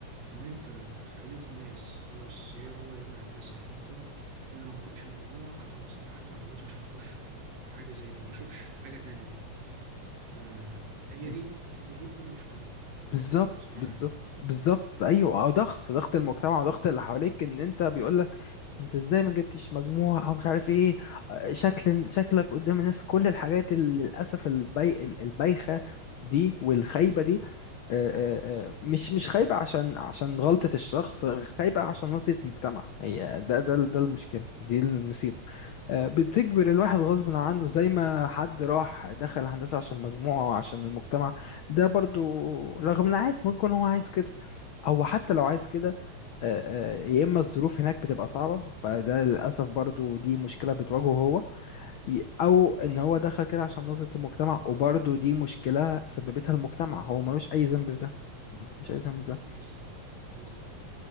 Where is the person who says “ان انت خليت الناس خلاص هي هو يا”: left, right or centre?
Right